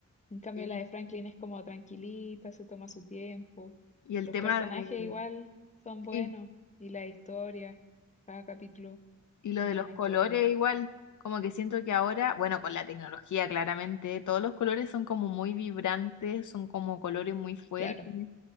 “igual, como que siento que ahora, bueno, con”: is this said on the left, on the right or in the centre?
Left